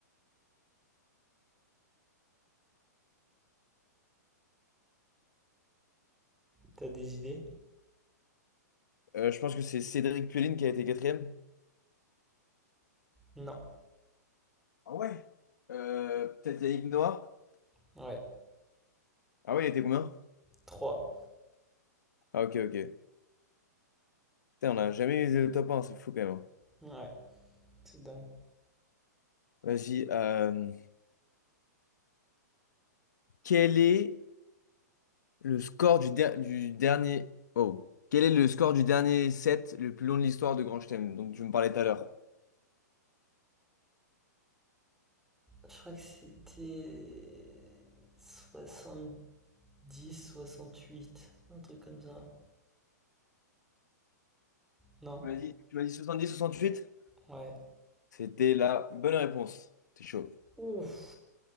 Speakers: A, in the centre; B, on the left.
A: T'as des idées?
B: Euh, je pense que c'est Cédric Pullin qui a été quatrième.
A: Non.
B: Ah ouais? Euh, peut-être Yannick Noah?
A: Ouais,
B: Ah ouais, il était combien?
A: Trois.
B: Ah ok, ok. Putain, on n'a jamais eu le top un c'est fou quand même. hein.
A: Ouais, c'est dingue.
B: Vas-y. euh, quel est Le score du, der- du dernier. Oh. Quel est le score du dernier set le plus long de l'histoire de Grand Chelem? Donc tu me parlais tout à l'heure.
A: Je crois que c'était soixante-dix soixante-huit, un truc comme ça. Non?
B: Tu m'as dit, tu m'as dit 70-68?
A: Ouais.
B: C'était la bonne réponse. C'est chaud.
A: Ouf.